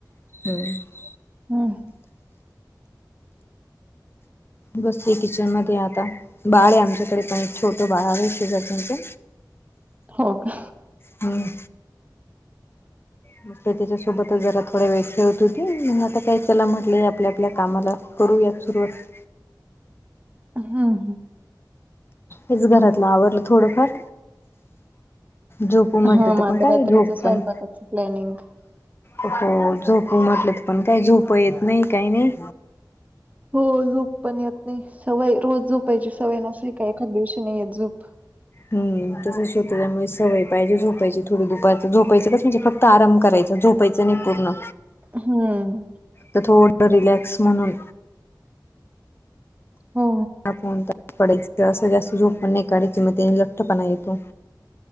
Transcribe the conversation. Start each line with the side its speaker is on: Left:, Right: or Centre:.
Left: हम्म.
Right: हम.
Left: बसले किचन मध्ये आता बाळ आहे आमच्याकडे पण छोट बाळ शेजार्यांचं.
Right: हो का?
Left: हम्. मग त्याच्यासोबतच जरा थोड्या वेळ खेळत होती मग आता काय चला म्हटलं आपल्या आपल्या कामाला. करूयात सुरुवात.
Right: हा हा.
Left: हेच घरातलं आवडलं थोडंफार झोपू म्हणत
Right: हा
Left: ते
Right: मग
Left: पण
Right: आता
Left: काय
Right: रात्रीच
Left: झोप
Right: स्वयंपाकाच
Left: पण
Right: प्लॅनिंग
Left: हो झोप म्हटलत पण काय झोप येत नाही काही नाही.
Right: हो झोप पण येत नाही सवय रोज झोपायची सवय नसली का एखाद दिवशी नाही येत झोप
Left: हम् तसच होत त्यामुळे सवय पाहिजे झोपायची थोडी दुपारची झोपायचें कस म्हणजे फक्त फक्त आराम करायचा झोपायचं नाही पूर्ण
Right: हम्म.
Left: तर थोडं रिलॅक्स म्हणून
Right: हो.
Left: ण पडयच असं जास्त झोप पण नाही काढयचीि मग त्यानी लठ्ठपणा येतो.